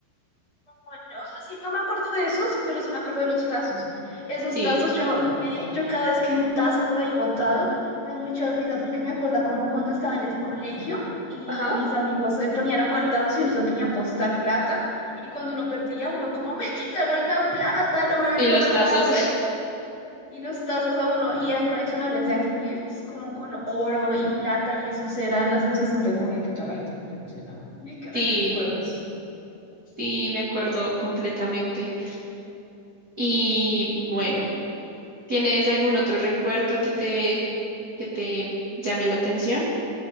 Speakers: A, on the left; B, on the right.
A: Bueno, o sea, sí, no me acuerdo de esos, pero sí me acuerdo de los tazos. Esos
B: Sí.
A: tazos, yo, me- yo cada vez que veo un tazo por ahí botado, me da mucha risa porque me acuerda como cuando estaba en el colegio y
B: Ajá.
A: mis amigos se ponían a jugar tazos y uno se ponía a apostar plata. Y cuando uno perdía, uno como, me quitaron la plata, no, me-
B: Y
A: no
B: los
A: me
B: tazos.
A: paré.
B: <laughs>
A: Y los tazos a uno, y eran coleccionables de Angry Birds, como con oro y plata, y esos eran la sensación del momento y toda la gente lo coleccionaba. Uy, qué
B: Sí,
A: recuerdos.
B: sí, me acuerdo completamente. Y bueno, ¿tienes algún otro recuerdo que te que te llame la atención?